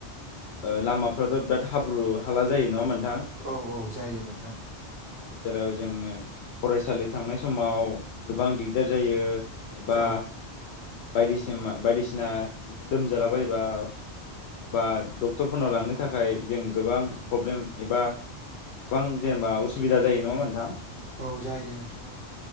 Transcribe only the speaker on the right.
औ औ जायो नोंथां
औ
औ जायो नोंथां औ